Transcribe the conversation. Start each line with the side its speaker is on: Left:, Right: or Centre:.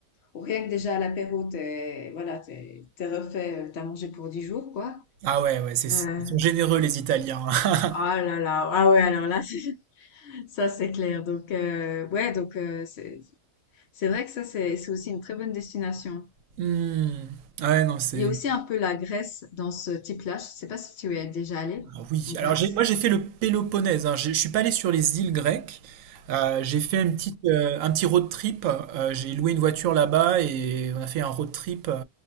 Left: où rien que déjà à l'apéro, t'es, voilà, t'es, t'es refait, euh, t'as mangé pour 10 jours, quoi.
Right: Ah ouais, ouais, c'est,
Left: Euh,
Right: ils sont généreux les Italiens. <laughs>
Left: ah là là, ah ouais, alors là, <laughs> ça c'est clair. Donc, euh, ouais, donc euh, c'est, c'est vrai que ça, c'est, c'est aussi une très bonne destination.
Right: Hmm. Ouais, non, c'est...
Left: Il y a aussi un peu la Grèce dans ce type-là. Je sais pas si tu y es déjà allé
Right: ah oui,
Left: en Grèce.
Right: alors j'ai- moi j'ai fait le Péloponnèse, hein. J'ai- Je suis pas allé sur les îles grecques, Euh, j'ai fait une petite, euh, un petit road trip, Euh, j'ai loué une voiture là-bas et on a fait un road trip euh,